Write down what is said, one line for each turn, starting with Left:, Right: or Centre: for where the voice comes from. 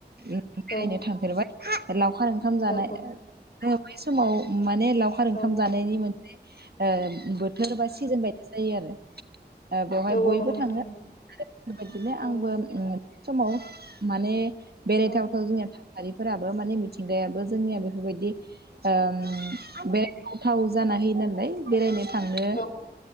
Right: उम बेरायनो
Left: औ
Right: थांफेरबाय। हा हेलौ। फार ओंखाम जानाय।
Left: औ
Right: जों बै समाव माने लावखार ओंखाम
Left: औ
Right: जानायनि मोन ओ बोथोर बासि जोन बादि जायो आरो। ओ बेवहाय
Left: औ औ
Right: बयबो
Left: नंगौ नोंथां
Right: थाङो
Left: नंगौ
Right: बेबायदिनो
Left: औ
Right: आंबो समाव माने बेरायथावथाव
Left: औ
Right: जोंनिया फालिफोराबो माने मिथिंगायाबो जोंनिया बेफोरबायदि ओम बे हाथाव जाना होयो नालाय बेरायनो थाङो।
Left: औ